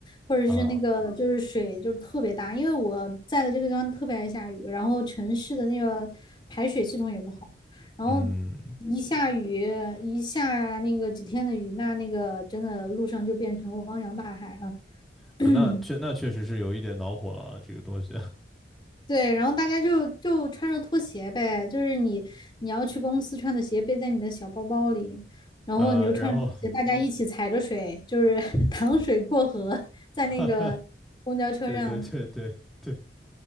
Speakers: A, on the left (about 25°); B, in the centre.
A: 或者是那个就是水就是特别大，
B: 啊，
A: 因为我在的这个地方特别爱下雨，然后城市的那个排水系统也不好，然后
B: 嗯，
A: 一下雨一下那个几天的雨，那那个真的路上就变成汪洋大海了。
B: 呃，
A: <clears throat>
B: 那确那确实是有一点恼火了啊，这个东西。
A: 对，然后大家就就穿着拖鞋呗，就是你你要去公司穿的鞋背在你的小包包里，
B: <laughs>
A: 然后你就穿着拖鞋，
B: 呃，然后，<laughs>
A: 大家一起踩着水，就是 <laughs> 淌水过河，在那个公交车上。
B: 哈哈，对对对对对，